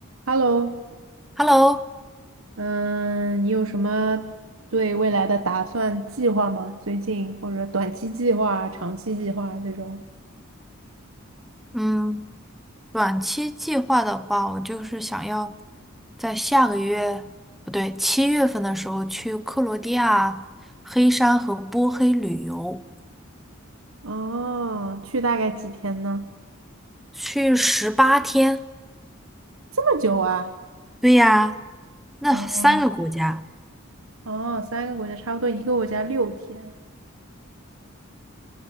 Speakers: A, on the right; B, in the centre.
A: Hello，
B: Hello，
A: 嗯，你有什么对未来的打算计划吗？最近或者短期计划、长期计划这种？
B: 嗯，短期计划的话，我就是想要在下个月，不对，七月份的时候去克罗地亚黑山和波黑旅游，
A: 哦，去大概几天呢？
B: 去十八天。
A: 这么久啊？
B: 对呀，那三个国家。
A: 哦哦，三个国家，差不多一个国家六天。